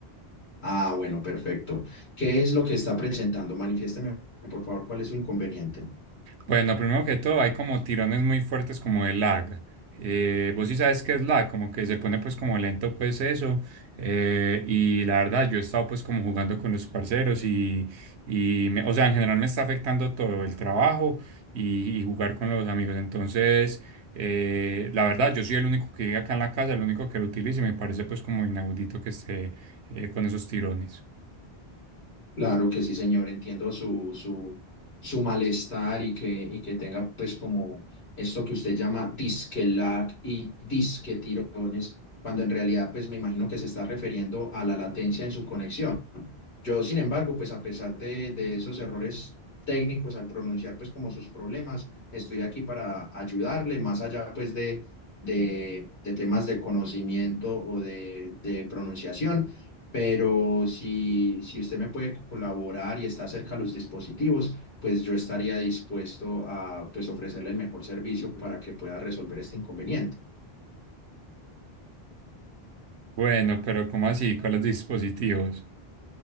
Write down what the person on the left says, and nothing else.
Ah, bueno, perfecto. ¿Qué es lo que está presentando? Manifiésteme, por favor, cuál es su inconveniente.
Claro que sí, señor, entiendo su, su, su malestar y que, y que tenga pues como esto que usted llama disque lag y disque tirones, cuando en realidad pues me imagino que se está refiriendo a la latencia en su conexión. Yo, sin embargo, pues a pesar de, de esos errores técnicos al pronunciar pues como sus problemas, estoy aquí para ayudarle, más allá pues de, de, de temas de conocimiento o de, de pronunciación, pero si, si usted me puede colaborar y está cerca a los dispositivos, pues yo estaría dispuesto a pues ofrecerle el mejor servicio para que pueda resolver este inconveniente.